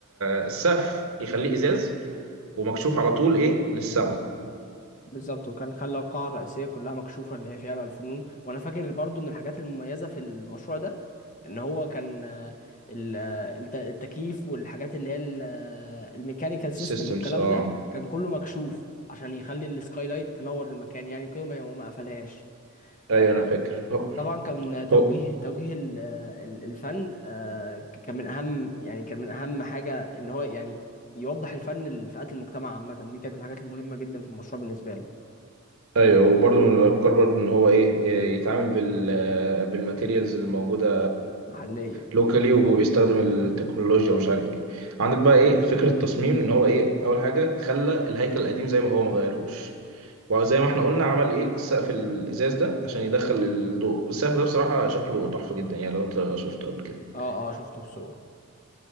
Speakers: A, on the right (about 80°); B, on the left (about 35°).
A: آه، السقف يخليه ازاز ومكشوف على طول ايه للسما
B: بالظبط وكان خلى القاعة الرئيسية كلها مكشوفة اللي هي فيها بقى الفنون وانا فاكر برضو من الحاجات المميزة في المشروع ده ان هو كان آه، ال- آه، الت- التكييف والحاجات اللي هي ال- آه، الميكانيكال سيستم
A: السيستمز
B: والكلام
A: اه
B: ده كان كله مكشوف عشان يخلي السكاي لايت تنور المكان يعني وكده وما وما قفلهاش
A: ايوه
B: آه،
A: انا فاكر
B: طبعا كان توجيه
A: هو
B: توجيه ال- آه، ال- الفن آه، ك- كان من اهم يعني كان من اهم حاجه ان هو يعني يوضح الفن لفئات المجتمع عامه دي كانت من الحاجات المهمه جدا في المشروع بالنسبه له
A: ايوه وبرضه من الافكار برضه ان هو ايه إيه، يتعامل بال بالماتيريالز الموجوده
B: محليه
A: لوكالي وبيستخدم التكنولوجيا ومش عارف ايه عندك بقى ايه فكره تصميم ان هو ايه اول حاجه خلى الهيكل القديم زي ما هو ما غيرهوش وزي ما احنا قلنا عمل ايه السقف الازاز ده عشان يدخل الضوء السقف ده بصراحه شكله تحفه جدا يعني لو انت شفته قبل كده
B: اه اه شفته في سوق